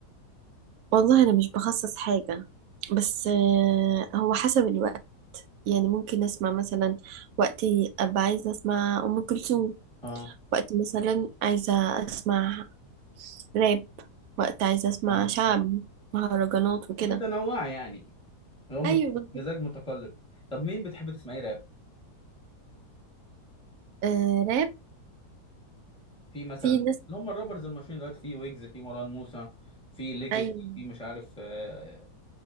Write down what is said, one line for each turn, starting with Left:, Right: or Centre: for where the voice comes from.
Right: والله أنا مش بخصص حاجة بس آه، هو حسب الوقت يعني ممكن أسمع مثلا وقتي أبقى عايزة أسمع أم كلثوم
Centre: اه
Right: وقت مثلا عايزة أسمع راب وقت عايزة أسمع
Centre: اه
Right: شعبي
Centre: حلو
Right: مهرجانات وكده
Centre: متنوعة يعني اللي هو مت-
Right: أيوة بالظبط
Centre: مزاج متقلب طب مين بتحب تسمعيه راب
Right: آه راب
Centre: في مثلا
Right: في ناس
Centre: اللي هم الرابرز المشهورين دلوقتي في ويجز في مروان موسى في ليجس
Right: أيوة
Centre: في مش عارف آه،